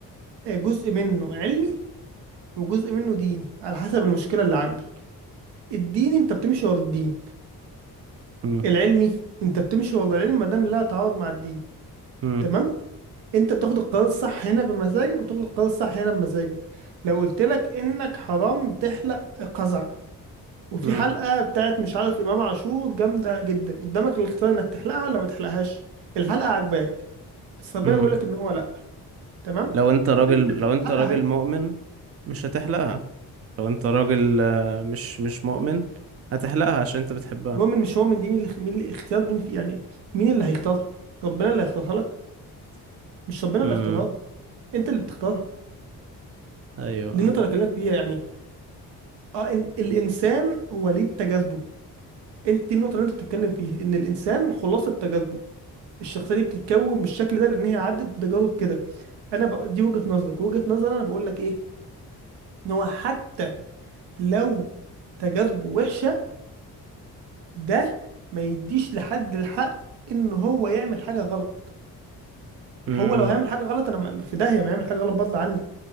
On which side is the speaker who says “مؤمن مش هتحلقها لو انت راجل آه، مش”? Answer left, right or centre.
Right